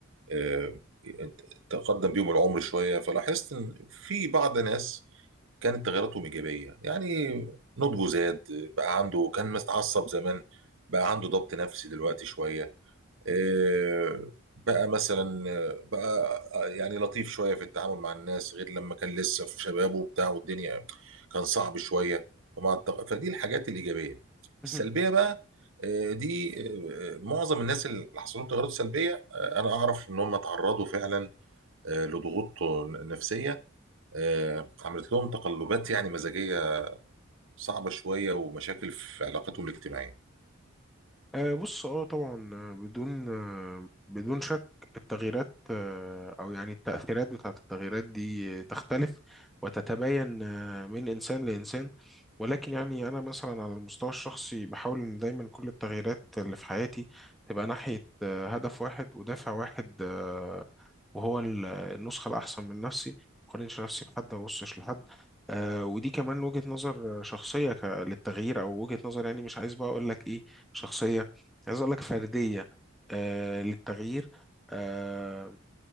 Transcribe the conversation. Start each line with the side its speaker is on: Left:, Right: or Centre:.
Right: آه، تقدم بيهم العمر شويه فلاحظت ان في بعض ناس كانت تغيراتهم ايجابيه يعني نضجه زاد بقى عنده كان متعصب زمان بقى عنده ضبط نفسي دلوقتي شويه إيه، بقى مثلا آه، بقى آه، يعني لطيف شويه في التعامل مع الناس غير لما كان لسه في شبابه وبتاع والدنيا كان صعب شويه فمع التغ- فدي الحاجات الايجابيه
Centre: يعني
Right: السلبيه بقى إيه، دي إيه، معظم الناس اللي حصل لهم تغيرات سلبيه آه، انا اعرف ان هم تعرضوا فعلا آه، لضغوط نفسيه آه، عملت لهم تقلبات يعني مزاجية صعبة شوية ومشاكل في علاقتهم الاجتماعية
Centre: آه، بص اه طبعا آه، بدون آه، بدون شك التغييرات آه، او يعني التأثيرات بتاعت التغييرات دي آه، تختلف وتتباين آه، من انسان لانسان ولكن يعني انا مثلا على المستوى الشخصي بحاول ان دايما كل التغييرات اللي في حياتي تبقى ناحية آه، هدف واحد ودافع واحد آه، وهو ال- النسخة الاحسن من نفسي ما اقارنش نفسي بحد ما ابصش لحد آه، ودي كمان وجهة نظر آه، شخصية ك- للتغيير او وجهة نظر يعني مش عايز بقى اقول لك ايه شخصية عايز اقول لك فرديه آه للتغيير آه